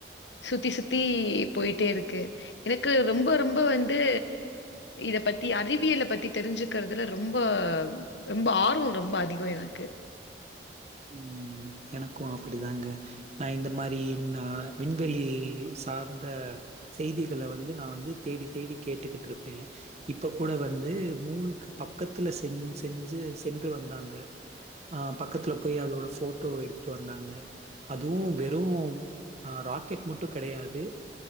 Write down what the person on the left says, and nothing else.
சுத்தி சுத்தி போயிட்டே இருக்கு எனக்கு ரொம்ப ரொம்ப வந்து இத பத்தி அறிவியலை பத்தி தெரிஞ்சுக்கிறதுல ரொம்ப ரொம்ப ஆர்வோ ரொம்ப அதிகம் எனக்கு